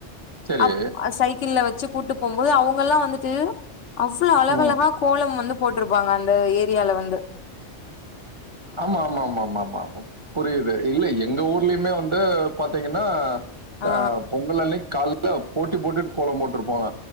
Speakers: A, on the right; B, on the left.
A: சரி
B: அப் சைக்கிள்ள வச்சு கூட்டு போம்போது அவங்கல்லா வந்துட்டு அவ்ளோ அழகழகா
A: ம்
B: கோலம் வந்து போட்டிருப்பாங்க அந்த ஏரியால வந்து
A: ஆமா ஆமா ஆமா ஆமா ஆமா ஆமா புரியுது இல்ல எங்க ஊர்லையுமே வந்து பாத்தீங்கன்னா
B: ஆ
A: அ பொங்கல் அன்னக்கு கால் போட்டி போட்டுட்டு கோல போட்டிருப்போங்க